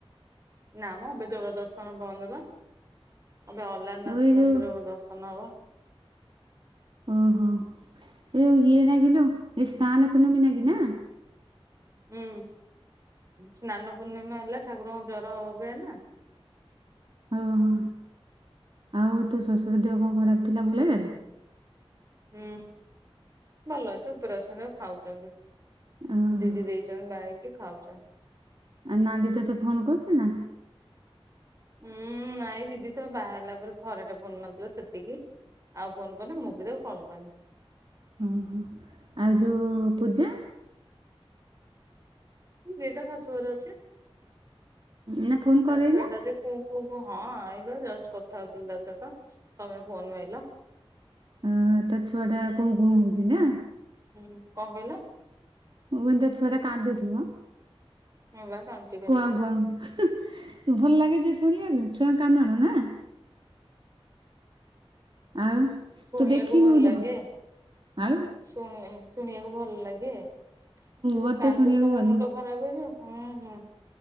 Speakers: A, on the right (about 30°); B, on the right (about 55°).
A: ନା ମ ଏବେ ଜାଗା ଦର୍ଶନ ବନ୍ଦ ପା ଏବେ ଅଲାରନାଥ
B: ଆଉ ଏଇ ଯୋଉ
A: ମନ୍ଦିର ଦର୍ଶନ ହବ।
B: ଓହୋ ଏଇ ଯୋଉ ଇଏ ନାଗିଲୋ ଏଇ ସ୍ନାନ ପୂର୍ଣ୍ଣମୀ ନାଗି ନା।
A: ହୁଁ ସ୍ନାନ ପୂର୍ଣ୍ଣିମା ହେଲା ଠାକୁରଙ୍କୁ ଜର ହବେ ନା।
B: ଓ ହୋ ଆଉ ତୋ ଶଶୁର ଦେହ କଣ ଖରାପ ଥିଲା ଭଲ ହେଇଗଲା?
A: ହୁଁ ଭଲ ଅଛି ଉପରେ ଅଛନ୍ତି ଆଉ ଖାଉଚନ୍ତି।
B: ଓହୋ
A: ଦିଦି ଦେଇଚନ୍ତି ବାଇକି ଖାଉଚନ୍ତି।
B: ଆଉ ନାଣ୍ଡି ତତେ ଫୋନ କରୁଚି ନା?
A: ଉଁ ନାଇଁ ଦିଦି ତ ବାହାହେଲା ପରେ ଥର ଟେ ଫୋନ ମାରିଥିଲା ସେତିକି। ଆଉ ଫୋନ କନି ମୁଁ ବି ତାକୁ କଲ କରିନି।
B: ଓ ହୋ ଆଉ ଯୋଉ ପୂଜା
A: ସିଏ ତା ଶାଶୁଘରେ ଅଛି
B: ନା ଫୋନ୍ କରେଇ
A: ତା ଛୁଆ
B: ନା
A: ଟା ଯେ କୁଁ କୁଁ କୁଁ ହଁ ଏଇ ପା ଜଷ୍ଟ କଥା ହଉଥିଲି ତା ସତ ତମେ ଫୋନ ମାଇଲ।
B: ହୁଁ ତା ଛୁଆ ଟା କୁଁ କୁଁ ହଉଚି ନା।
A: ହୁଁ କଁ କଇଲ?
B: ମୁଁ କଇନି ତା ଛୁଆଟା କାନ୍ଦୁଥୁବ।
A: ମୁଁ ବା କାନ୍ଦୁଚି ଖାଲି
B: କୁଆଁ କୁଆଁ ହୁଁ ଭଲ ଲାଗେ ଯେ ଶୁଣିବାକୁ ଛୁଆଙ୍କ କାନ୍ଦଣା ନା। ଆଉ
A: ଶୁଣିବାକୁ
B: ତୁ ଦେଖିନୁ
A: ଭଲ
B: ଜମା
A: ଲାଗେ।
B: ଆଉ
A: ଶୁଣି ଶୁଣିବାକୁ ଭଲ ଲାଗେ ସେ
B: ମତେ
A: ଯୋଉ କାନ୍ଦୁଚି
B: ଶୁଣିବାକୁ
A: ତମ
B: ଭଲ
A: ମୁଣ୍ଡ ଖରାପ ହୋଇଯିବ। ହୁଁ ହୁଁ।